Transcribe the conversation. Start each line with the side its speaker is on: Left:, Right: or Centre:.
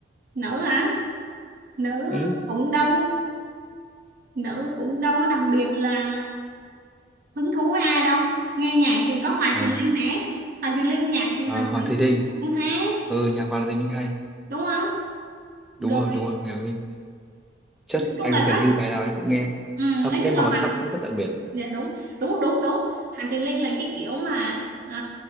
Right: Nữ hả? Nữ
Centre: ừ.
Right: cũng đâu nữ cũng đâu có đặc biệt là hứng thú với ai đâu. Nghe nhạc thì có Hoàng
Centre: Ờ,
Right: Thùy Linh nè. Hoàng Thùy Linh nhạc Hoàng
Centre: ờ,
Right: Thùy
Centre: Hoàng Thùy Linh
Right: Linh cũng hay
Centre: ừ nhạc Hoàng Thùy Linh hay
Right: đúng không?
Centre: đúng
Right: Rồi
Centre: rồi đúng rồi nghe Hoàng Thùy Linh chất
Right: nói chung
Centre: anh
Right: là
Centre: gần
Right: nó
Centre: như bài nào anh cũng nghe
Right: ừ,
Centre: nó có
Right: nói
Centre: cái
Right: chung là
Centre: màu sắc rất đặc biệt
Right: dạ đúng đúng đúng đúng Hoàng Thùy Linh là cái kiểu mà um,